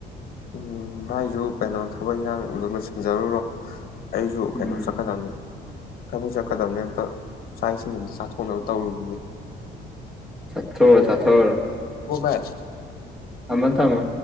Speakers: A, on the left (about 60°); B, in the centre.
A: ꯎꯝ ꯚꯥꯏꯁꯨ ꯀꯩꯅꯣ ꯊꯕꯛ ꯏꯪꯈꯥꯡꯗ ꯂꯣꯏꯁꯤꯟꯖꯔꯨꯔꯣ ꯑꯩꯁꯨ
B: ꯎꯝ
A: ꯀꯩꯅꯣ ꯆꯠꯀꯗꯕꯅꯤ ꯊꯕꯛ ꯆꯠꯀꯗꯕꯅꯦ ꯑꯝꯇ ꯆꯥꯛ ꯏꯁꯤꯡ ꯑꯝꯇ ꯆꯥꯊꯣꯛꯅꯕ ꯇꯧꯔꯨꯔꯤꯒꯦ
B: ꯆꯠꯊ ꯆꯠꯊ
A: ꯚꯥꯏ
B: ꯊꯃ ꯊꯃ